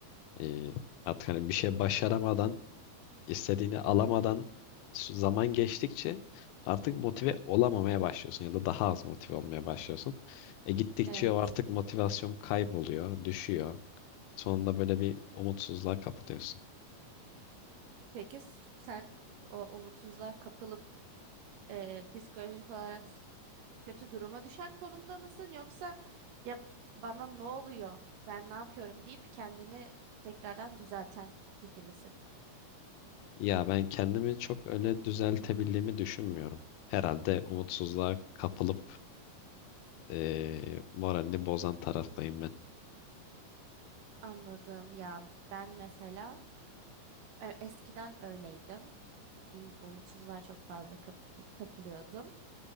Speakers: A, on the left; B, on the right.
A: E, artık hani bir şey başaramadan, istediğini alamadan s- zaman geçtikçe artık motive olamamaya başlıyorsun ya da daha az motive olmaya başlıyorsun. E, gittikçe
B: Evet.
A: o artık motivasyon kayboluyor, düşüyor. Sonunda böyle bir umutsuzluğa kapılıyorsun.
B: Peki sen o umutsuzluğa kapılıp e, psikolojik olarak kötü duruma düşen konumda mısın yoksa ya bana ne oluyor, ben ne yapıyorum deyip kendini tekrardan düzelten kişi misin?
A: Ya ben kendimi çok öyle düzeltebildiğimi düşünmüyorum. Herhalde umutsuzluğa kapılıp eee moralini bozan taraftayım ben.
B: Anladım ya ben mesela e, eskiden öyleydim. Dediğim gibi umutsuzluğa çok fazla kap- kapılıyordum.